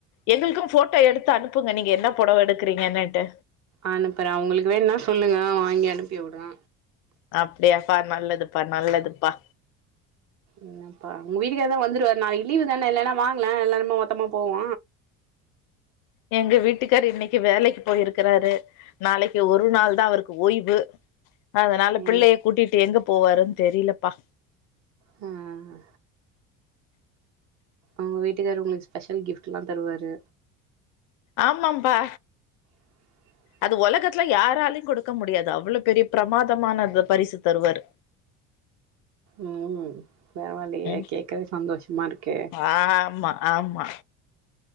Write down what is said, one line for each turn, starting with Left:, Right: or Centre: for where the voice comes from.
Left: எங்களுக்கு ஃபோட்டோ எடுத்து அனுப்புங்க நீங்க என்ன பொடவ எடுக்குறீங்கன்னுட்டு
Right: அனுப்புறே உங்களுக்கு வேணா சொல்லுங்க வாங்கி அனுப்பிவுடுற
Left: அப்டியாப்பா நல்லதுப்பா நல்லதுப்பா
Right: என்னப்பா உங்க வீட்டுக்கார்தா வந்துருவாரு நாளைக்கி லீவுதான இல்லன்னா வாங்ல எல்லாருமே மொத்தமா போவோ
Left: எங்க வீட்டுக்காரு இன்னிக்கு வேலைக்கு போய்ருக்கறாரு நாளைக்கு ஒரு நாள்தா அவருக்கு ஓய்வு அதனால பிள்ளைய
Right: இல்ல
Left: கூட்டிட்டு எங்க போவாருன் தெரிலப்பா
Right: ம் உங்க வீட்டுக்காரு உங்களுக்கு ஸ்பெஷல் கிஃப்ட்டுலா தருவாரு
Left: ஆமாம்பா
Right: <inaudible>
Left: அது ஒலகத்துல யாராலையு கொடுக்க முடியாது அவ்ளோ பெரிய ப்ரமாதமான பரிசு தருவாரு
Right: ம் பரவாலயே
Left: ம்
Right: கேக்கவே சந்தோஷமா இருக்கே
Left: ஆமா ஆமா